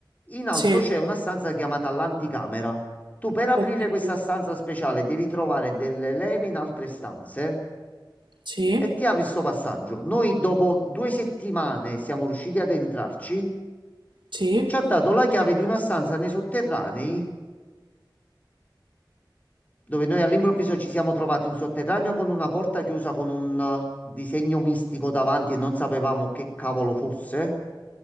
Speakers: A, on the left (about 20°); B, on the right (about 75°).
A: in alto
B: Sì.
A: c'è una stanza chiamata l'anticamera. Tu per aprire
B: Okay.
A: questa stanza speciale devi trovare delle leve in altre stanze
B: Sì,
A: e ti apri sto passaggio. Noi dopo due settimane siamo riusciti ad entrarci.
B: sì,
A: Ci ha dato la chiave di una stanza nei sotterranei, dove noi all'improvviso ci siamo trovati un sotterraneo con una porta chiusa con un eh, disegno mistico davanti e non sapevamo che cavolo fosse.